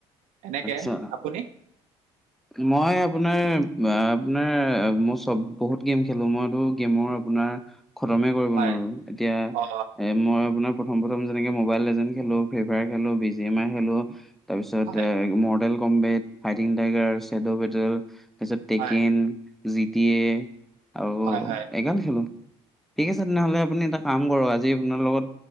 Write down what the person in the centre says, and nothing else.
আচ্ছা
মই আপোনাৰ আপোনাৰ মই চব বহুত গেম খেলো, মইতো- মই আপোনাৰ খতমে কৰিব
নোৱাৰো। এতিয়া এ
মই আপোনাৰ- প্ৰথম প্ৰথম যেনেকে মবাইল লেজেন খেলো, ফ্ৰী ফায়াৰ খেলো, বি জি এম আই খেলো তাৰপিছত
Mortal- Kombat, fighting tiger, said battle তাৰপিছত টেকেন
জি টি এ- আৰু
এগাল খেলো। ঠিক আছে তেনেহলে আপুনি এটা কাম- কৰ আজি আপোনাৰ লগত